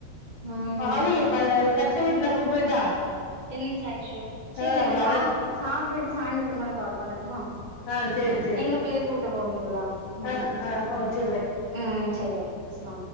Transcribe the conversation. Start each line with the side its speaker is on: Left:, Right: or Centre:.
Right: ம்
Left: ஹமி ப கட் பண்ணிட்டு நா கூப்டட்டா
Right: டென் மினிட்ஸ் ஆயிடுச்சோ சேரி
Left: ஆ
Right: நா
Left: லெவன்
Right: சா சாப்ட்டுட்டு சாய்ந்திரத்துக்கு மேல கால் பண்ணட்டுமா
Left: ஆ சேரி சேரி
Right: நீங்களு பிள்ளைய கூட்டு போவீங்களா ம்
Left: ஆ ஆ வச்சிர்றே
Right: ம் சேரி ஓகே சா